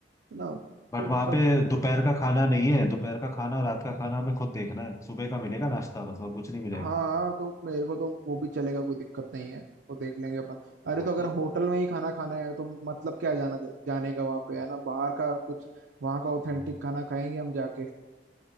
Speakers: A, on the right; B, on the left.
A: है ना
B: बट
A: तो
B: वहाँ
A: सब
B: पे दोपहर का खाना नहीं है दोपहर का खाना और रात का खाना हमें खुद देखना है सुबह का मिलेगा नाश्ता बस और कुछ नहीं मिलेगा
A: हाँ तो मेरे को तो वो भी चलेगा कोई दिक्कत नहीं है वो देख लेंगे अपन अरे
B: हाँ
A: तो अगर
B: तो
A: होटल में ही खाना खाना है तो मतलब क्या जाना जाने का वहाँ पे है ना बाहर का कुछ वहाँ का ऑथेंटिक
B: हाँ,
A: खाना खाएंगे हम जाके